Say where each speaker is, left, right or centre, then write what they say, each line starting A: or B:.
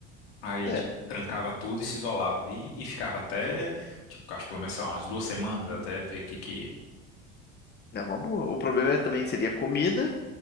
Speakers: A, on the left; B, on the left.
A: aí
B: É,
A: tipo trancava tudo e se isolava ali e ficava até, tipo, acho que pelo menos sei lá, umas duas semanas até ver o que que
B: é uma boa. O problema é, também seria comida